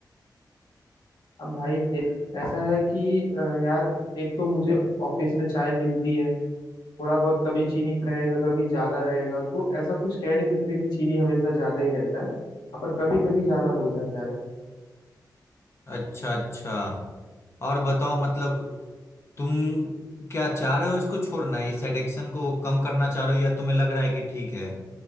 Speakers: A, on the left; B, on the left.
A: अब भाई देख ऐसा है कि अ, यार एक तो मुझे ऑफिस में चाय मिलती है थोड़ा बहुत कभी चीनी रहेगा कभी ज्यादा रहेगा तो ऐसा कुछ कह नहीं सकते कि चीनी हमेशा ज्यादा ही रहता है पर कभी कभी ज्यादा हो जाता है
B: अच्छा अच्छा और बताओ मतलब तुम क्या चाह रहे हो इसको छोड़ना इस एडिक्शन को कम करना चाह रहे हो या तुम्हें लग रहा है कि ठीक है